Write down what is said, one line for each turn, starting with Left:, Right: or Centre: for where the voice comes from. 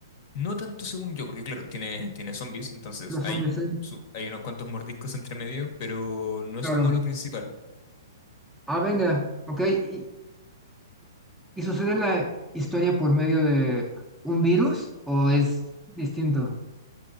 Left: No tanto según yo, porque claro, tiene, tiene zombies, entonces
Centre: Los
Left: hay,
Centre: hombres, sí.
Left: su- hay unos cuantos mordiscos entre medio, pero no
Centre: Claro.
Left: es como lo principal.
Centre: Ah, venga. Ok. ¿Y, y sucede la historia por medio de un virus o es distinto?